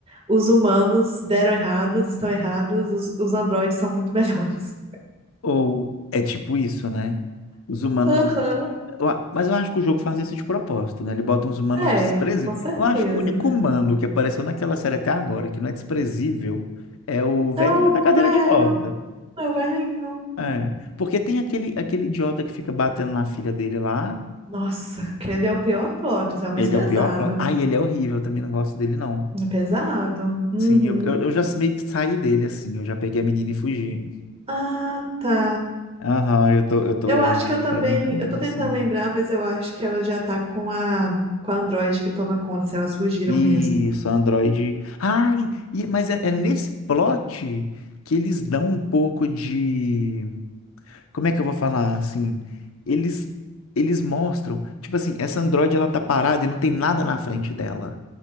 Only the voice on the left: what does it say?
Ou é tipo isso, né? Os humanos.
eu a- Mas eu acho que o jogo faz isso de propósito, né? Ele bota uns humanos
desprezíveis.
Eu acho que o único humano que apareceu naquela série até agora, que não é desprezível, é o velhinho
da cadeira
de roda.
É. Porque tem aquele, aquele idiota que fica batendo na filha dele lá.
Ele
é o pior. pla- Ai, ele é horrível, eu também não gosto dele, não.
Sim, eu, eu, eu já meio que saí dele, assim. Eu já peguei a menina e fugi.
Aham, eu tô, eu tô.
Pra mim tá andando
assim.
Isso,
Android. Ai, e- mas é, é nesse plot que eles dão um pouco de. Como é que eu vou falar assim? Eles, eles mostram, tipo assim, essa Android ela tá parada e não tem nada na frente dela.